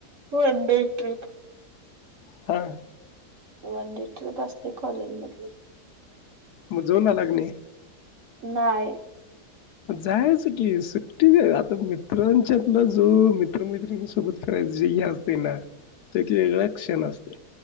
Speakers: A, on the right; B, on the left.
A: वनडे ट्रिप,
B: हा,
A: वनडे ट्रीप असते कॉलेज मधले.
B: मग जवून आला की नाही?
A: नाही.
B: जायचं की सुट्टी तर मित्रांच्यातला जो मित्रमैत्रिणी सोबत फिरायचे हे असते ना त एक वेगळाच क्षण असतो,